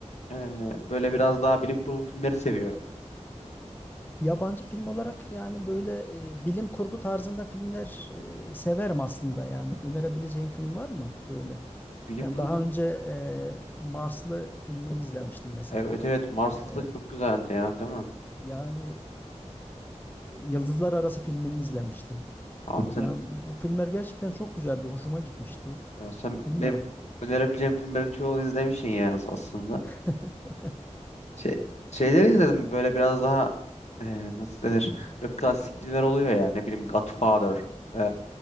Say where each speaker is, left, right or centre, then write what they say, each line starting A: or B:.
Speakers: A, on the left; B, on the left.
A: e, böyle biraz daha bilim kurgu filmleri seviyorum.
B: yabancı film olarak yani böyle e, bilim kurgu tarzında filmler e, severim aslında yani. Önerebileceğim film var mı böyle?
A: Bilim
B: Yani
A: kurgu
B: daha önce e, Marslı filmini izlemiştim mesela.
A: evet evet Mars'ta
B: E,
A: çok güzeldi ya değil mi?
B: yani e, Yıldızlar Arası filmini izlemiştim.
A: Abi
B: Yani
A: sen
B: bu filmler gerçekten çok güzeldi. Hoşuma gitmişti.
A: Ya sen
B: Bilmiyorum.
A: benim önerebileceğim filmlerin çoğunu izlemişsin yani aslında.
B: <laughs>
A: Şey, şeyleri izledim mi? böyle biraz daha e, nasıl denir? Böyle klasik filmler oluyor ya ne bileyim Godfather, e,